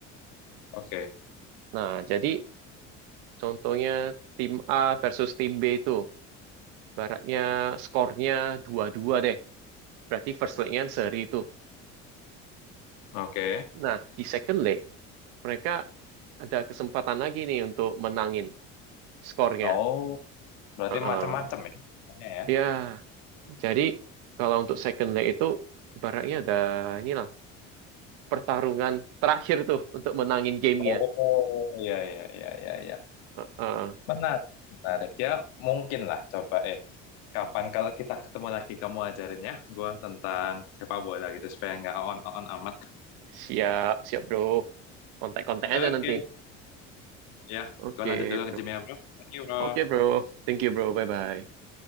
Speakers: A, on the left; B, on the right.
A: Oke,
B: Nah, jadi contohnya tim A versus tim B itu baratnya skornya dua-dua deh. Berarti first leg-nya seri itu.
A: oke.
B: Nah, di second leg mereka ada kesempatan lagi nih untuk menangin skornya.
A: oh, berarti
B: Heeh.
A: macam-macam ya. Tanya ya.
B: Ya, jadi kalau untuk second leg itu baratnya ada inilah pertarungan terakhir tuh untuk menangin gamenya.
A: Oh, iya, iya, iya, iya, iya.
B: Heeh.
A: Menarik, menarik ya. Mungkin lah, coba eh. Kapan kalau kita ketemu lagi kamu ajarin ya gue tentang sepak bola gitu supaya nggak on on amat.
B: Siap, siap bro. Kontak-kontak
A: Oke,
B: aja nanti.
A: ya,
B: Oke
A: gue lanjut dulu
B: bro.
A: nge-gym ya bro. Thank you bro.
B: Oke bro. Thank you bro. Bye-bye.